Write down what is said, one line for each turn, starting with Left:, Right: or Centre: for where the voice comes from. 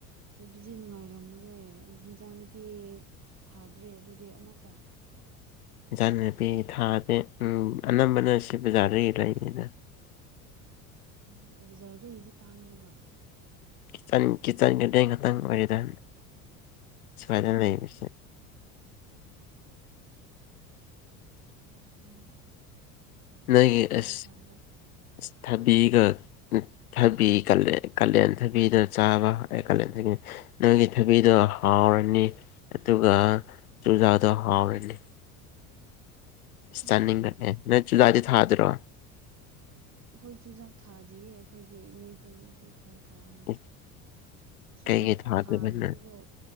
Right: ꯑꯗꯨꯗꯤ ꯅꯨꯡꯉꯥꯏꯔꯝꯃꯔꯣꯏ ꯑꯗꯨ ꯍꯦꯟꯖꯥꯡ ꯅꯨꯄꯤ ꯊꯥꯗ꯭ꯔꯦ ꯑꯗꯨꯗꯤ ꯑꯃꯇ
Left: ꯏꯟꯖꯥꯡ ꯅꯥꯄꯤ ꯊꯥꯗꯦ ꯎꯝ ꯑꯅꯝꯕꯅ ꯁꯤ ꯕꯖꯥꯔꯗꯒꯤ ꯂꯩꯕꯅꯤꯗ
Right: ꯎꯝ ꯕꯖꯥꯔꯗꯩꯗꯤ ꯇꯥꯡꯉꯦꯕ
Left: ꯆꯟ ꯀꯤꯠꯆꯟ ꯒꯥꯔꯗꯦꯟ ꯈꯛꯇꯪ ꯑꯣꯏꯔꯦꯗ ꯁꯨꯃꯥꯏꯅ
Right: ꯎꯝ
Left: ꯂꯩꯕꯁꯦ
Right: ꯎꯝ
Left: ꯅꯣꯏꯒꯤ
Right: ꯏꯪꯈꯣꯜ
Left: ꯑꯁ
Right: ꯊꯥꯕ
Left: ꯑꯁ ꯊꯥꯕꯤꯒ ꯊꯕꯤ ꯀꯥꯂꯦꯟ ꯊꯕꯤꯗꯨꯅ ꯆꯥꯕ ꯀꯥꯂꯦꯟ ꯊꯕꯤ ꯅꯪꯒꯤ ꯊꯕꯤꯗꯣ ꯍꯥꯎꯔꯅꯤ ꯑꯗꯨꯒ ꯆꯨꯖꯥꯗꯣ ꯍꯥꯎꯔꯅꯤ ꯏꯁ
Right: ꯎꯝ
Left: ꯆꯅꯤꯡꯔꯛꯑꯦ
Right: ꯎꯝ
Left: ꯅꯣꯏ ꯆꯨꯖꯗꯤ ꯊꯥꯗ꯭ꯔꯣ
Right: ꯍꯈꯣꯏ ꯆꯨꯖꯥꯛ ꯊꯥꯗꯤꯌꯦ ꯑꯩꯈꯣꯏꯗꯤ ꯏꯅꯦꯈꯣꯏ ꯒꯤꯗꯤ ꯈꯔ ꯊꯥꯔꯛꯑꯅꯤ
Left: ꯏꯁ
Right: ꯆꯨꯖꯥꯛ
Left: ꯀꯩꯒꯤ ꯊꯥꯗꯕꯅꯣ
Right: ꯊꯥꯔꯁꯨꯕ